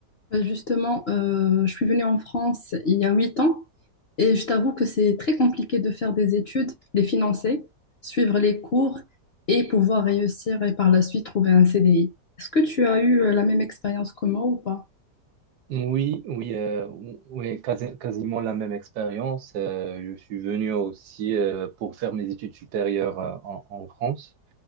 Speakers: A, on the left; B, on the right.
A: Bah, Justement, euh, je suis venue en France il y a huit ans et je t'avoue que c'est très compliqué de faire des études, les financer, suivre les cours et pouvoir réussir et par la suite trouver un CDI. Est-ce que tu as eu euh, la même expérience que moi ou pas?
B: Oui, oui, euh, ou- oui, quasi- quasiment la même expérience. Euh, je suis venu aussi euh, pour faire mes études supérieures euh, en, en France.